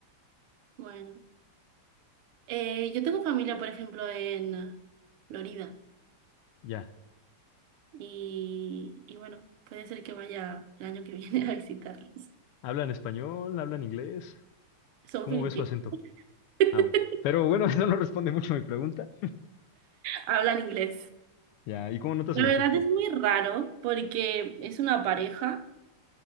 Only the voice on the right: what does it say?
Bueno, Eh, yo tengo familia, por ejemplo, en Florida.
y, y bueno, puede ser que vaya el año que <laughs> viene a visitarlos.
Son
filipinos,
<laughs>
hablan inglés.
La
verdad es muy raro porque es una pareja